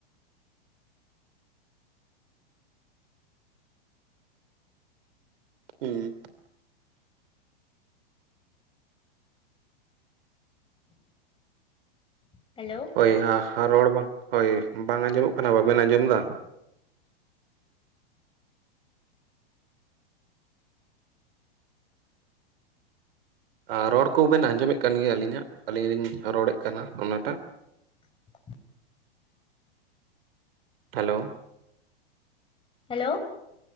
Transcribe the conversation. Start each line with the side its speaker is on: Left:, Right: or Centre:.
Right: ᱦᱩᱸ᱾
Left: ᱦᱮᱞᱚ᱾
Right: ᱦᱚᱭ ᱦᱟ ᱦᱟ ᱨᱚᱲ ᱵᱟᱝ ᱦᱚᱭ ᱵᱟᱝ ᱟᱸᱡᱚᱢᱚᱜ ᱠᱟᱱᱟ ᱵᱟ. ᱵᱤᱱ ᱟᱸᱡᱚᱢ ᱮᱫᱟ? ᱟᱨ ᱨᱚᱲ ᱠᱚᱵᱤᱱ ᱟᱸᱡᱚᱢᱮᱫ ᱠᱟᱱ ᱜᱮᱭᱟ ᱟᱹᱞᱤᱧᱟᱜ ᱟᱹᱞᱤᱧ ᱞᱤᱧ ᱨᱚᱲᱮᱫ ᱠᱟᱱᱟ ᱚᱱᱟᱴᱟᱜ?
Left: <inaudible>
Right: ᱦᱮᱞᱚ᱾
Left: ᱦᱮᱞᱚ᱾